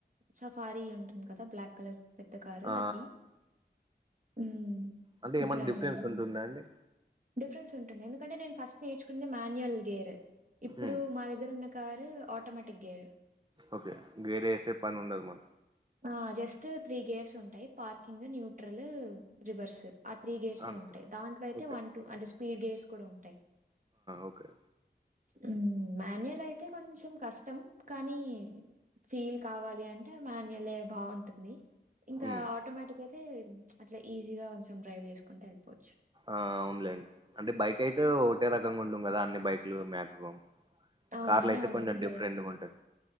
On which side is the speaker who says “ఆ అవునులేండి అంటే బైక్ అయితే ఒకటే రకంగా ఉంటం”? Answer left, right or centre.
Right